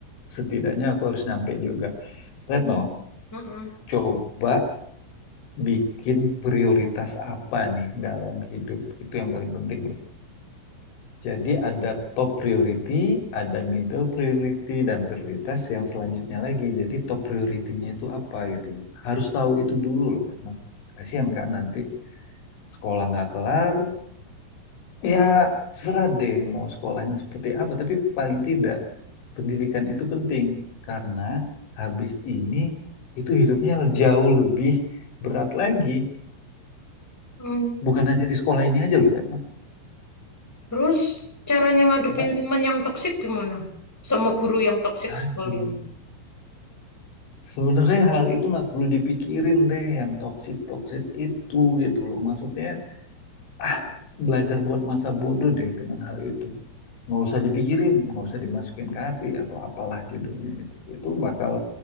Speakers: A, on the left; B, in the centre.
A: setidaknya aku harus nyampein juga. Retno,
B: Mm-mm.
A: coba bikin prioritas apa nih dalam hidup itu yang paling penting loh. Jadi ada top priority, ada middle priority, dan prioritas yang selanjutnya lagi. Jadi top prioritinya itu apa gitu. Harus tahu itu dulu loh karena kasihan kan nanti sekolah nggak kelar. Ya terserah deh mau sekolahnya seperti apa. Tapi paling tidak pendidikan itu penting. Karena habis ini itu hidupnya jauh lebih berat lagi.
B: Mm-mm.
A: Bukan hanya di sekolah ini aja loh Retno.
B: Terus caranya ngadepin
A: Coba.
B: teman yang toksik gimana? Sama guru yang toksik
A: Aduh.
B: sekalian.
A: Sebenarnya hal itu nggak perlu dipikirin deh yang toksit-toksit itu gitu loh. Maksudnya ah, belajar buat masa bodoh deh dengan hal itu. Nggak usah dipikirin, nggak usah dimasukin ke hati atau apalah judulnya itu. Itu bakal